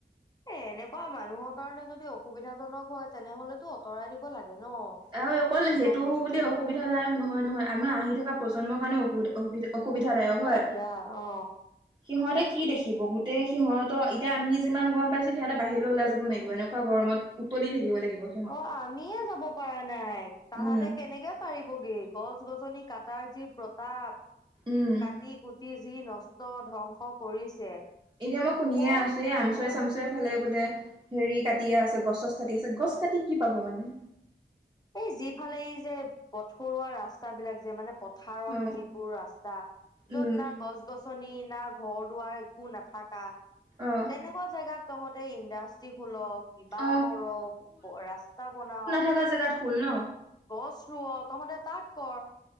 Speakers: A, on the left (about 20°); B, on the right (about 25°).
A: এ এনেকোৱা মানুহৰ কাৰণে যদি অসুবিধাজনক হয় তেনেহ'লেতো অতৰাই দিব লাগে ন।
B: আৰু অকল
A: এনেকুৱা
B: সেইটো
A: বস্তু
B: বুলি অসুবিধা দায়ক নহয় নহয়। আমাৰ আহি থকা প্ৰজন্মৰ কাৰণে অসুবিধা অসুবিধা অসুবিধা দায়ক হয়।
A: দিয়া অ।
B: সিহঁতে কি দেখিব গোটেই সিহঁতৰ এতিয়া আমি যিমান গ'ম পাইছো, সিহঁতে বাহিৰলে ওলাই যাব নোৱাৰিব এনক কা গৰমত উতলি থাকিব লাগিব সিহঁত।
A: অ আমিয়ে যাব প পাৰা নাই, তাহাঁতে
B: উম
A: কেনেকে পাৰিবগে গছ - গছনি কাটাৰ যি প্ৰতাপ।
B: উম
A: কাটি-কুটি যি নষ্ট, ধ্বংস কৰিছে।
B: এতিয়া মই শুনিয়ে
A: ক'ত
B: আছো,
A: সুবিধা
B: এই আমচৈ-চামচৈ ফালে বোলে
A: উম
B: হেৰি কাটিয়ে আছে গছ-ছছ কাটি আছে গছ কাটি কি পাব মানে?
A: সেই যিফালে এই যে পথৰুৱা ৰাস্তাবিলাক যে মানে পথাৰৰ
B: অ
A: যিবোৰ ৰাস্তা,
B: উম
A: য'ত না গছ গ গছনি না ঘৰ - দুৱাৰ একো নাথাকা।
B: অঁ।
A: এনেকুৱা জেগাত তহঁতে ইণ্ডাষ্ট্ৰী খোল, কিবা
B: অ
A: কৰ, ৰাস্তা বনাওঁ
B: নকা জেগাত খোল ন।
A: গছ ৰুৱ তহতে তাঁত কৰ,